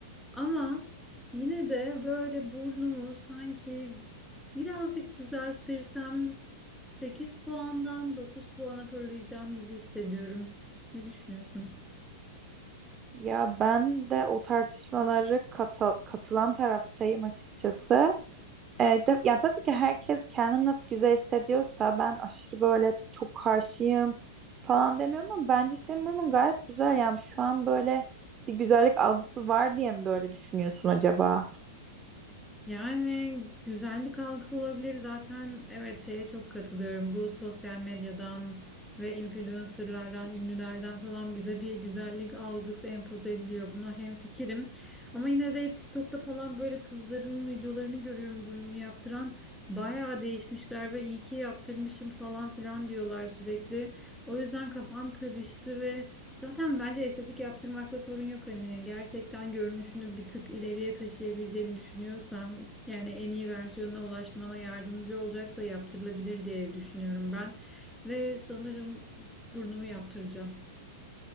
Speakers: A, in the centre; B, on the right.
A: Ama yine de böyle burnumu sanki birazcık düzelttirsem 8 puandan 9 puana fırlayacağım gibi hissediyorum. Ne düşünüyorsun?
B: ya ben de o tartışmaları kata- katılan taraftayım açıkçası. Ee, de- ya tabii ki herkes kendini nasıl güzel hissediyorsa ben aşırı böyle t- çok karşıyım falan demiyorum ama bence senin burnun gayet güzel. Yani şu an böyle bir güzellik algısı var diye mi böyle düşünüyorsun acaba?
A: Yani güzellik algısı olabilir zaten. Evet şeye çok katılıyorum. Bu sosyal medyadan ve influencerlardan, ünlülerden falan bize bir güzellik algısı empoze ediliyor. Buna hemfikirim. Ama yine de TikTok'ta falan böyle kızların videolarını görüyorum burnunu yaptıran. Bayağı değişmişler ve iyi ki yaptırmışım falan filan diyorlar sürekli. O yüzden kafam karıştı ve Zaten bence estetik yaptırmakla sorun yok hani gerçekten görünüşünü bir tık ileriye taşıyabileceğini düşünüyorsan yani en iyi versiyonuna ulaşmana yardımcı olacaksa yaptırılabilir diye düşünüyorum ben ve sanırım burnumu yaptıracağım.